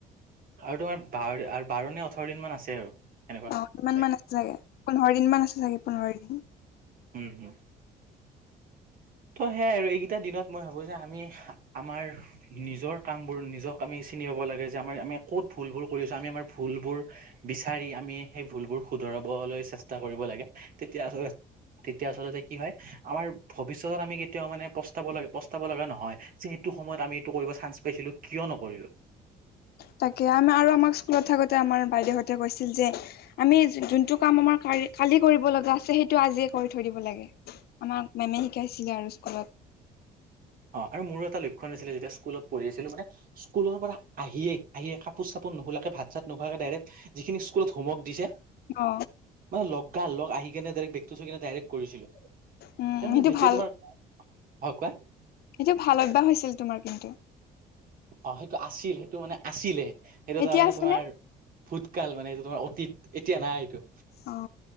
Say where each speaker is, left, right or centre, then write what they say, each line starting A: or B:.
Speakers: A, on the right; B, on the left.
A: আৰু তোমাৰ বাৰ নে ওঠৰ দিন মান আছে আৰু এনেকুৱা
B: অঁ কিমান
A: লাইক
B: মান আছে চাগে পোন্ধৰ দিন মান আছে চাগে পোন্ধৰ দিন।
A: উমঁ উমঁ। ত' সেয়াই আৰু এইকেইটা দিনত মই ভাবো যে আমি আমাৰ নিজৰ কাম বোৰ নিজক আমি চিনিয়াব লাগে যে আমাৰ আমি ক'ত ভুলবোৰ কৰিছো আমি আমাৰ ভুলবোৰ বিচাৰি আমি সেই ভুলবোৰ শুধৰাবলৈ চেষ্টা কৰিব লাগে তেতিয়া ধৰ তেতিয়া আচলতে কি হয়। আমাৰ ভৱিষ্যতত আমি কেতিয়াও মানে প্ৰস্তাব প্ৰস্তাব লগা নহয় যে এইটো সময়ত আমি এইটো কৰিব চান্স পাইছিলোঁ। কিয় নকৰিলোঁ
B: তাকে আমি আমাক স্কুলত থাকোতে আমাৰ বাইদেউহতে কৈছিল যে আমি যোনটো কাম আমাৰ কালি কৰিব লগা আছে সেইটো আজিয়ে কৰি থৈ দিব লাগে। আমাক মেমে শিকাইছিলে আৰু স্কুলত
A: অঁ আৰু মোৰো এটা লক্ষণ আছিলে যেতিয়া স্কুলত পঢ়ি আছিলো মানে স্কুলৰ পৰা আহিয়েই আহিয়ে কাপোৰ চাপোৰ নোখলাকে ভাত চাত নোখোৱাকে ডাইৰেক্ট যিখিনি স্কুলত হোমৱৰ্ক দিছে
B: অ
A: মানে লগা লগ আহি কিনে বেগ টো থৈ কিনে ডাইৰেক্ট কৰিছিলো।
B: উম সেইটো
A: যেতিয়া
B: ভাল
A: তোমাৰ হয় কোৱা
B: সেইটো ভাল অভ্যাস হৈছিল তোমাৰ কিন্তু
A: অঁ! সেইটো আছিল সেইটো মানে আছিলে সেইটো
B: এতিয়া
A: তাৰ মানে
B: আছেনে?
A: তোমাৰ ভূতকাল মানে এইটো তোমাৰ অতীত এতিয়া নাই এইটো
B: অ